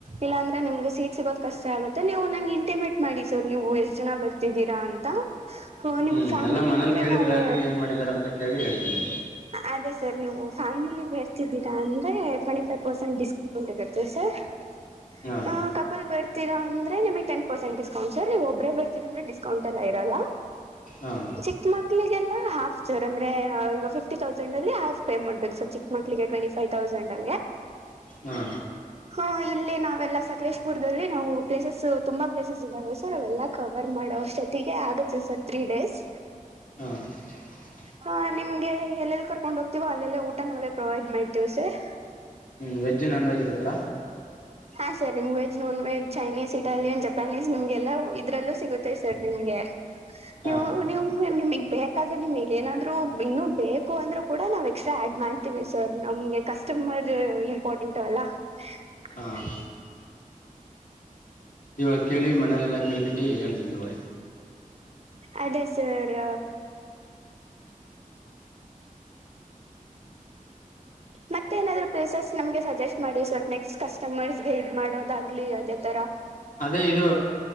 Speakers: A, on the right (about 45°); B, on the left (about 70°).
A: ಇಲ್ಲಾಂದ್ರೆ ನಿಮ್ಗೆ ಸೀಟ್ ಸಿಗೋ್ ಕಷ್ಟ ಆಗುತ್ತೆ ನೀವು ನಂಗೆ ಇಂಟಿಮೇಟ್ ಮಾಡಿ ಸರ್ ನೀವು ಎಷ್ಟ್ ಜನ ಬರ್ತೀರಿ. ರಾ ಅಂತ
B: ಹ್ಞೂ
A: ನಿಮ್ ಫ್ಯಾಮಿಲಿ
B: ಎಲ್ಲ ಮನೇಲಿ
A: ಅಂದ್ರೆ
B: ಕೇಳಿ
A: ನಾವು
B: ಪ್ಲ್ಯಾನಿಂಗ್ ಏನು ಮಾಡಿದ್ದಾರೆ ಅಂತ ಕೇಳಿ ಹೇಳ್ತೀನಿ
A: ಅದೇ ಸರ್ ನೀವು ಫ್ಯಾಮಿಲಿ ಬರ್ತಿದ್ದೀರ ಅಂದ್ರೆ ಟ್ವೆಂಟಿ ಫೈವ್ ಪರ್ಸೆಂಟ್. ಉಂಟದತ್ತ ಸ <unintelligible>
B: ಹಾಂ
A: ಹ್ ಕಪಲ್ ಬರ್ತಿರ ಅಂದ್ರೆ ನಿಮಗ್ ಟೆನ್ ಪರ್ಸೆಂಟ್ ಡಿಸ್ಕೌಂಟ್ ಸರ್ ನೀವು ಒಬ್ಬ್ರೇ ಬರ್ತೀರ ಡಿಸ್ಕೌಂಟ್ ಎಲ್ಲ ಇರಲ್ಲ
B: ಹಾಂ
A: ಚ ಮಕ್ಳಿಗೆಲ್ಲ ಹಾಫ್ ಸರ್ ಅಂದ್ರೆ ಈಗ ಫಿಫ್ಟಿ ತೌಸಂಡ್ ಅಲ್ಲಿ ಹಾಫ್ ಪೇ ಮಾಡ್ಬೇಕು ಸರ್ ಚಿ ಮಕ್ಳಿಗೆ ಟ್ವೆಂಟಿ ಫೈವ್ ತೌಸಂಡ್ ಅಂಗೆ
B: ಹಾ
A: ಹಾ ಇಲ್ಲಿ ನಾವೆಲ್ಲಾ ಸಕಲೇಶ್ಪುರದಲ್ಲಿ ನಾವು ಪ್ಲೇಸಸ್ ತುಂಬಾ ಪ್ಲೇಸಸ್ ಇದ್ದವೆ ಸರ್ ಅವೆಲ್ಲ ಕವರ್ ಮಾಡೋಷ್ಟೊತ್ತಗೆ ಆಗುತ್ತೆ ಸರ್ ತ್ರೀ ಡೇಸ್.
B: <inaudible>
A: ಹಾ ನಿಮ್ಗೆ ಎಲ್ಲೆಲ್ಲಿ ಕರ್ಕೊಂಡ್ ಹೋಗ್ತೀವ ಅಲ್ಲೆಲ್ಲ ಊಟ ನಾವೇ ಪ್ರೊವೈಡ್ ಮಾಡ್ತೀವಿ ಸರ್.
B: ಹ್ಮ ವಜ್ಜಾನ್ಜ್ ನಾನ್ವೆಜ್ ಇರುತ್ರ.
A: ಹಾ ಸರ್ ನಿಮ್ veg non veg Chinese Italian Japanese ನಿಮ್ಗೆಲ್ಲ ಇದ್ರಲ್ಲೂ ಸಿಗುತ್ತೆ ಸರ್ ನಿಮ್ಗೆ.
B: ಹಾಂ
A: ನೀವು ನೀವು ನಿಮಗ್ ಬೇಕಾದ್ರೆ ನಿಮಗ್ ಏನಾದ್ರು ಇನ್ನುೂ ಬೇಕು ಅಂದ್ರೂ ಕೂಡ ನಾವ್ ಎಕ್ಸ್ಟ್ರಾ ಆಡ್ ಮಾಡ್ ಸರ್ ನಮ್ಗೆ ಕಸ್ಟಮರ್ ಇಂಪಾರ್ಟೆಂಟ್ ಅಲ್ಲ. <inaudible>
B: ಹಾಂ ಇವಾಗ ಕೇಳಿ ಮನೆಲೆಲ್ಲ ಕೇಳ್ಬಿಟ್ಟಿ ಹೇಳ್ತೀನಿ ತೋಳಿ.
A: ಅದೇ ಸರ್ ಮತ್ತ ಏನಾದ್ರು ಪ್ಲೇಸಸ್ ನಮ್ಗೆ ಸಜೆಸ್ಟ್ ಮಾಡಿ ಸರ್ ನೆಕ್ಸ್ಟ್ ಕಸ್ಟಮರ್ಸ್ಗೆ ಇದ್ ಮಾಡೋದಾಗ್ಲಿ ಅದೇ ತರ.
B: ಅದೇ ಇದು